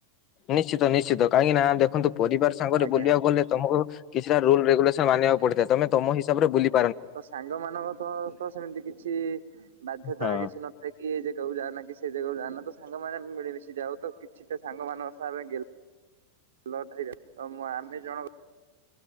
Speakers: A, on the left; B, on the right.
A: ନିଶ୍ଚିତ ନିଶ୍ଚିତ କାହିଁକି ନାଁ ଦେଖନ୍ତୁ ପରିବାର ସାଙ୍ଗରେ
B: ଆଜ୍ଞା।
A: ବୁଲିବାକୁ ଗଲେ ତମକୁ। କିଛିଟା ରୁଲ ରେଗୁଲେସ ମାନିବାକୁ ପଡିଥାଏ ତମେ ତମ ହିସାବରେ ବୁଲିବ୍
B: ତ ସାଙ୍ଗମାନଙ୍କ ତ ତ ସେମିତି କିଛି ବାଧ୍ୟତା
A: ହଁ
B: କିଛି ନ ଥାଏ କିଏ ଯେ ଜାଗାକୁ ଯାଆନା, କି ସେ ଜାଗାକୁ ଯାଆନା, ତ ସାଙ୍ଗମାନେ ମିଳିମିଶି ଯାଅ ତ କିଛିଟା ସାଙ୍ଗମାନଙ୍କ ସହ ଆମେ ଗେଲ ଲ ଟା ହେଇଯାଉ ତ ଆମେ ଜଣକ